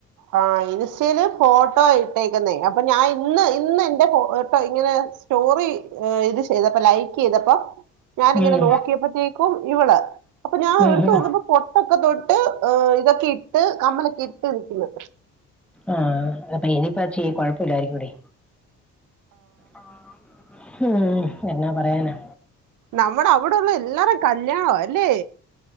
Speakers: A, on the right (about 85°); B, in the centre.
A: ആ ഇൻ സ്റ്റയില് ഫോട്ടോ ഇട്ടേക്കുന്നേ അപ്പൊ ഞാൻ ഇന്ന് ഇന്ന് എന്റെ ഫോട്ടോ ഇങ്ങനെ സ്റ്റോറി ഇത് ചെയ്തപ്പോ ലൈക്ക് ചെയ്തപ്പം ഞാനിങ്ങനെ
B: ഉം,
A: നോക്കിയപ്പോത്തേക്കും ഇവള് അപ്പൊ ഞാൻ
B: ഉം,
A: ഒരടത്ത്
B: ഉം.
A: നോക്കിപ്പോ പൊട്ടൊക്കെ തൊട്ട് ഇതൊക്കെ ഇട്ട് കമ്മലൊക്കെ ഇട്ട് നിക്ക്ന്നു
B: ആഹ് അപ്പ ഇനി പക്ഷേ ഈ കൊഴപ്പല്ലായിരിക്കു ടീ ആ ഉം ഹ് എന്നാ പറയാനാ
A: നമ്മുടെ അവിടുള്ള എല്ലാരേം കല്യാണവാ അല്ലേ